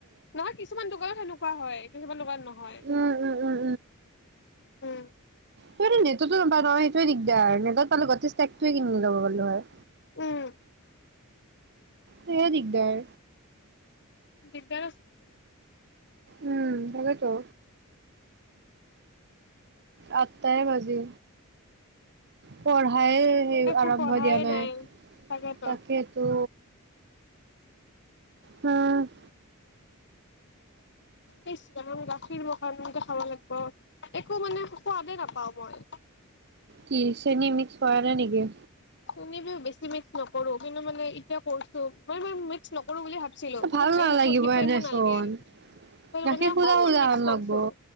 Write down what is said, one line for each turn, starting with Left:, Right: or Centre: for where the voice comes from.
Left: নহয় কিছুমান দোকানত সেনেকুৱা হয়। কিছমান লগা <unintelligible> ন <unintelligible> হয়
Right: উম উম উম
Left: উম
Right: ত <unintelligible> নেটতে নাপা নহয় সেইটোৱে দিগদাৰ নেটত পালে গোটে <unintelligible> কিনি ল'ব পাল্লো হয়।
Left: উম
Right: সেয়া দিগদাৰ
Left: বিদ্যা
Right: উম তাকেইতো, আঠটাই বাজি পঢ়াই সেই
Left: একো
Right: আৰম্ভ
Left: পঢ়াই
Right: দিয়া নাই,
Left: তাকেতো।
Right: তাকেইতো উম
Left: ইছ ৰাম গাখীৰ ম কাৰণ <unintelligible> খাব লাগিব, একো মানে সোৱাদেই নাপাওঁ মই।
Right: কি চেনি মিক্স কৰা নাই নেকি?
Left: চেনী <unintelligible> নকৰো কিন্তু মানে এতিয়া কৰছো ম <unintelligible> নকৰো বুলি ভাবছিলো, কিন্তু
Right: ভাল
Left: ফাইনেন্সত
Right: নালাগিব
Left: একো-একো
Right: এনেচোন।
Left: নালাগে <unintelligible> অকণ
Right: গাখীৰ
Left: মাণ
Right: সুধা সুধা
Left: মিক্স
Right: হেন
Left: কৰিছোঁ,
Right: লাগব।